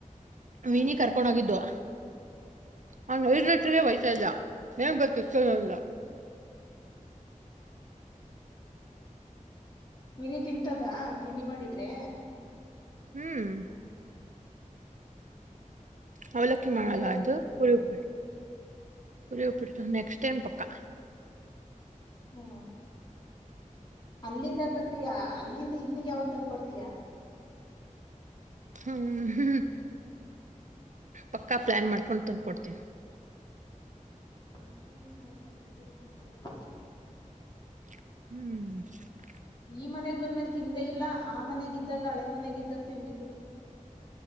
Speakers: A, on the left; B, on the right.
A: ಹ್ಮ್
B: ವೀನಿ ಕರ್ಕೊಂಡ ಹೋಗಿದ್ದವ ಅವನ್ ಐದು ಲೀಟರ್ರ್ ವಯ್ತಾ ಇದ್ದ ನ್ ಗೊತ್ತ <unintelligible>
A: ಮಿನಿ ತಿಂತದಾ ತಿಂಡಿ ಮಾಡಿದ್ರೆ
B: ಹ್ಮ್ ಅವೌಲಕ್ಕಿ
A: ನನ್ಗೆ
B: ಮಾಡಾಲ
A: ಯಾವಾಗ
B: ಅದು
A: ತಂದ್ಕೊಡ್ತೀಯ
B: ಪೂರಿಪ ಉರಿವುಪಿಟ್ ನೆಕ್ಸ್ಟ್ ಟೈಮ ಪಕ್ಕಾ
A: ಹಾ ಅಲ್ಲಿಂದ ತತಯಾ ಅಲ್ಲಿಂದ ಇಲ್ಲಿಗೆ ಯಾವಾಗ ತಂದ ಕೊಡ್ತೀಯಾ
B: ಹ್ಮ್ ಹ್ಮ್ ಪಕ್ಕಾ ಪ್ಲಾನ್ ಮಾಡ್ಕೊಂಡು ತಂದ್ಕೊಡ್ತೀನಿ
A: ಎಷ್ಟೋ ದಿನಾಆಯ್ತು ಅಲ್ಲ ಕಡಲೇ ಪೂರಿ ತಿಂದು
B: ಹ್ಮ್
A: ಈ ಮನೆಗ್ ಬಂದ್ಮೇಲೆ ತಿಂದೇ ಇಲ್ಲ ಆ ಮನೆಗಿದ್ದಾಗ ಹಳೆ ಮನೆಗ ಇದ್ದಾಗ ತಿಂದಿದ್ದು